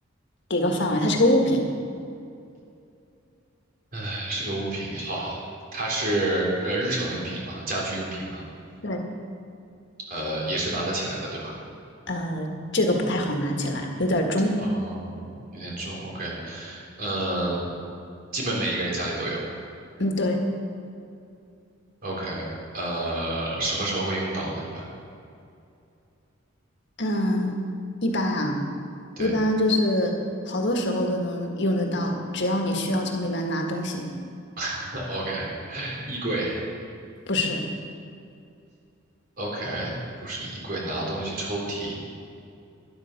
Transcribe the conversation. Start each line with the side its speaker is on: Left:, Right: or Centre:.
Left: 给个范围，它是个物品。
Right: 哎，是个物品。好，它是呃日常用品嘛，家居用品嘛，
Left: 对，
Right: 呃，也是拿得起来的，对吧？
Left: 呃，这个不太好拿起来，有点重。
Right: 哦，有点重。OK，嗯、基本每一个人家里都有。
Left: 嗯，对，
Right: OK，呃，什么时候会用到呢？一般，
Left: 嗯，一般啊，
Right: 对
Left: 一般就是好多时候都能用得到，只要你需要从里面拿东西，
Right: <laughs>，OK，衣柜
Left: 不是，
Right: ，OK，不是衣柜，拿东西抽屉，